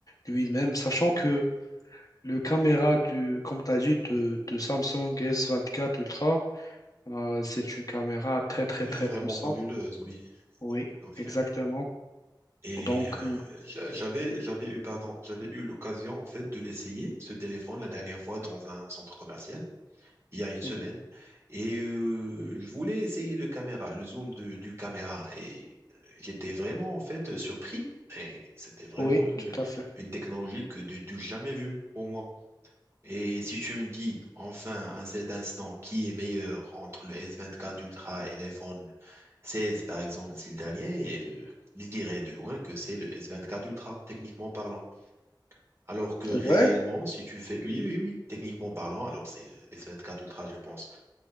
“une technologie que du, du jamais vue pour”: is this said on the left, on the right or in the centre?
Right